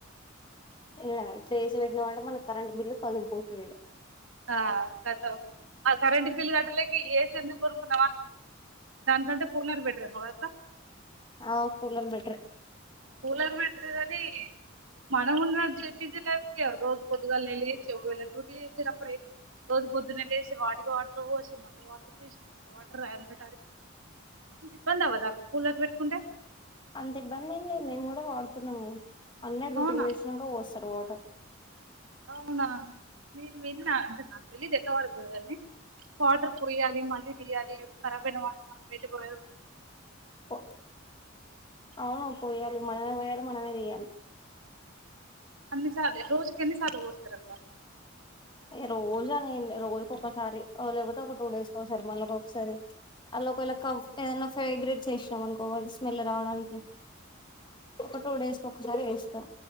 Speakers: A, on the left; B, on the right.
A: ఇలా ఏసీ పెట్టినమంటే మన కరెంటు బిల్లు పగిలిపోతుంది ఇగ
B: ఆ కతం ఆ కరెంట్ బిల్లు కట్టలేకి ఇగ ఏసీ ఎందుకు దాని కంటే కూలర్ బెటర్ ఏమో కదా అక్క
A: ఆ కూలర్ బెటరే
B: కూలర్ బెటర్ కాని మనం ఉన్న బ్యూసిలైఫ్ రోజు పొద్దుగాలనే నీళ్లు తెచ్చి ఒకవేళ డ్యూటీ చేసేటప్పుడు అయితే రోజు పొద్దున్నే లేసి వాటికి వాటర్ పోచి మళ్ళా వాటర్ తీసి మళ్ళా వాటర్ అది అంత తడిపి అంత ఇబ్బంది అవ్వదాఅక్క కూలర్ పెట్టుకుంటే
A: అంత ఇబ్బంది ఏం లేదు మేము కూడా వాడుతున్నాము కదా అన్న డ్యూటీకి
B: అవునా
A: పోయిచ్చినాక పోస్ తడు వాటర్
B: అవునా నేను విన్న నాకు తెలీయద ఇట్ల వాడుతోరో గాని వాటర్ పోయాలి మళ్ళీ తీయాలి ఖరాబు అయినా వాటర్ మళ్ళ బయట పోయా
A: పో అవును పోయాలి మనమే పోయాలి మనమే తీయాలి
B: అన్నిసార్ల రోజుకెన్నిసార్లు పోస్తారక్క
A: ఎ రోజు అనేం లే రోజుకు ఒకసారి లేకపోతే ఒక టూ డేస్కి ఒకసారి మళ్నకి ఒకసారి అలా ఒకవేళ కంఫర్ట్ ఏదైనా ఫ్రాగ్రాన్స్ ఎసినాం అనుకో స్మెల్ రావడానికి ఒక టూ డేస్ ఒకసారి వేస్ స్తాం